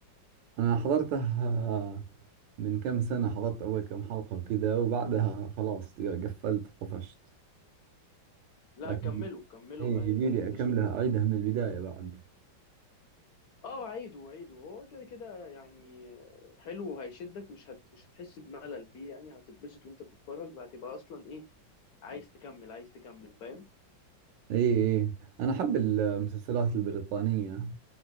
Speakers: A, on the right; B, on the left.
A: انا حضرته آه، من كم سنة حضرت اول كم حلقة وكذا وبعدها خلاص قفلت طفشت
B: لا
A: لكن
B: كملوا كملوا
A: اي يبيلي
B: هي- هتتبسط
A: اكملها اعيدها من البداية بعد
B: اه عيدوا عيدوا هو كده كده يعني حلو وهيشدك مش هت... مش هتحس بملل فيه يعني هتتبسط وانت بتتفرج وهتبقى اصلا ايه عايز تكمل عايز تكمل فاهم
A: اي اي انا احب المسلسلات البريطانية